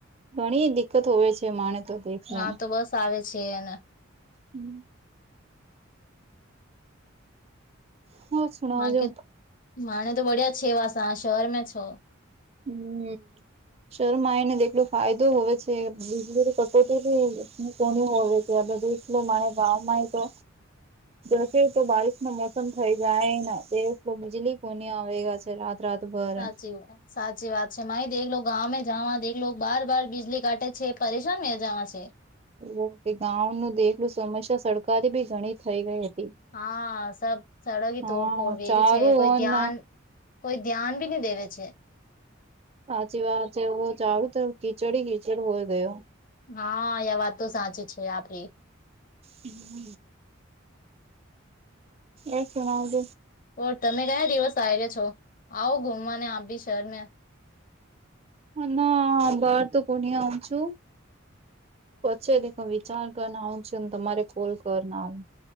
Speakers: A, on the right; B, on the left.
A: ઘણી દિકકત હોવે છે માને તો દેખલો
B: ના તો બસ આવે છે એને
A: હમ હો સુણાવજો
B: મા કે મહણ તો બઢિયા છેવાશે શહેરમાં છો
A: હમ શરમાં એઇને દેખલો ફાયદો હોવે છે બીજલી રી કટોટી બી કોની હોવે એ અબે દેખ લો મારે બાવા માઈ તો દસે તો બારીશ ન મોસમ થઈ જાય ને દ તો બીજળી કોની આવે ગ છે રાત રાતભર
B: સાચી હોય સાચી વાત છે માઈ દેલો ગામે જવા દેખલો બાર બાર બિજળી કાટે છે પરેશાન મે જવા છે.
A: ઓ કે ગાંવ નુ દેખલું સમસ્યા સરકારી બી ઘણી થઈ ગઈ હતી.
B: હા સબ સડગ
A: હા
B: તોડફોડ વરું
A: ચારું
B: છે કોઈ
A: ઓન
B: ધ્યાન કોઈ ધ્યાન ભી ની દેવે છે.
A: સાચી વાત એવ ચારું તો કીચડી કીચડ હોય ગયો.
B: હા યા વાત તો સાચી છે આપરી
A: હમ એક શુણા જ
B: ઓ તમે કયા દિવસ આ રહ્યા છો આવો ગુમવાને આપ બી શરમે
A: હ ના બાર તો કોણી આવઉ છું. પછી દિખા વિચાર કર ના આવ છુ તમારે કોલ કર ના આવું